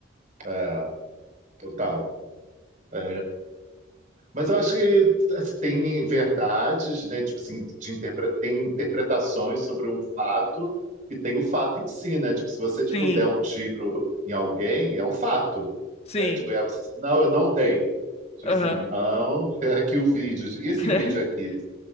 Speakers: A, on the right (about 40°); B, on the left (about 30°).
A: É, total. É, Mas eu acho que assim, tem verdades, né? Tipo assim, de interpre... tem interpretações sobre um fato e tem o fato em si, né? Tipo, se você tipo,
B: Sim,
A: der um tiro em alguém, é um fato,
B: sim.
A: né? Tipo, e aí você diz, não, eu não dei. Tipo
B: Aham.
A: assim, não, <laughs> é aqui o vídeo. E esse
B: <laughs>
A: vídeo aqui?